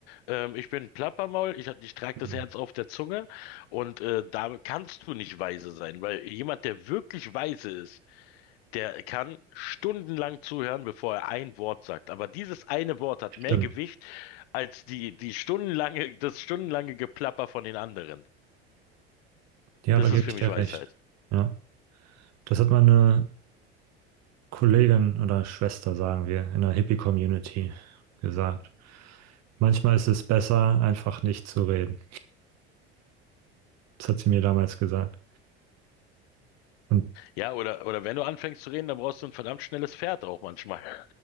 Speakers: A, on the left; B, on the right.
A: Ähm, ich bin Plappermaul, ich, hab- ich trage
B: Mhm.
A: das Herz auf der Zunge und äh, da kannst du nicht weise sein, weil jemand, der wirklich weise ist, der kann stundenlang zuhören, bevor er ein Wort sagt. Aber dieses eine Wort hat
B: Stimmt.
A: mehr Gewicht als die, die stundenlange, das stundenlange Geplapper von den anderen.
B: Ja,
A: Das
B: da gebe
A: ist für
B: ich
A: mich
B: dir
A: Weisheit.
B: recht. Ja. Das hat meine Kollegin oder Schwester, sagen wir, in der Hippie-Community gesagt. Manchmal ist es besser, einfach nicht zu reden. Das hat sie mir damals gesagt. Und
A: Ja, oder, oder wenn du anfängst zu reden, dann brauchst du ein verdammt schnelles Pferd auch manchmal. <laughs>